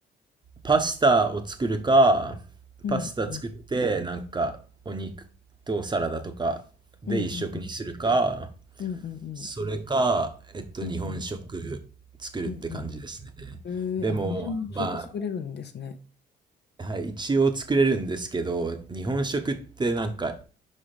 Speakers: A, on the right; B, on the left.
A: パスタを作るか、
B: うんうん
A: パスタ作って、なんか、お肉とサラダとかで一食にするか、
B: うんうんうんうんうん
A: それか、えっと、
B: うんうん
A: 日本食作るって感じですね。
B: うんうんうん。
A: でも、
B: ええあ、日本食作れるんですね。
A: まあ、はい、一応作れるんですけど、日本食ってなんか、